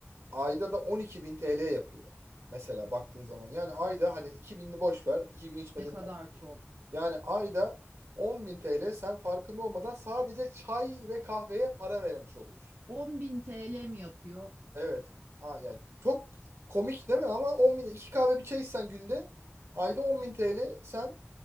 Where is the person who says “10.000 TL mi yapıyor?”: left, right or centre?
Right